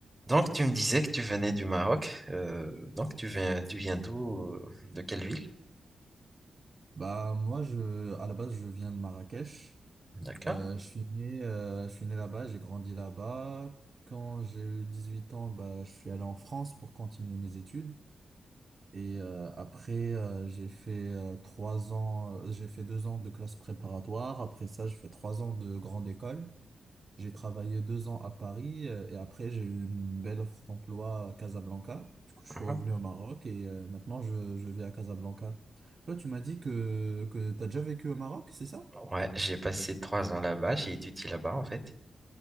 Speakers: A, on the right; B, on the right.
A: Donc, tu me disais que tu venais du Maroc. euh, donc, tu viens, tu viens d'où? euh, De quelle ville?
B: Bah moi je à la base je viens de Marrakech.
A: D'accord.
B: Euh, je suis né euh, je suis né là-bas, j'ai grandi là-bas. Quand j'ai eu 18 ans, bah je suis allé en France pour continuer mes études. Et euh, après euh, j'ai fait euh, trois ans, euh, j'ai fait deux ans de classe préparatoire. Après ça j'ai fait trois ans de grande école. J'ai travaillé deux ans à Paris euh, et après j'ai eu une belle offre d'emploi à Casablanca. Du coup, je suis
A: Mhm.
B: revenu au Maroc et euh, maintenant je, je vis à Casablanca. Toi, tu m'as dit que, que tu as déjà vécu au Maroc, c'est ça?
A: Ouais, j'ai passé trois ans là-bas. J'ai étudié là-bas, en fait,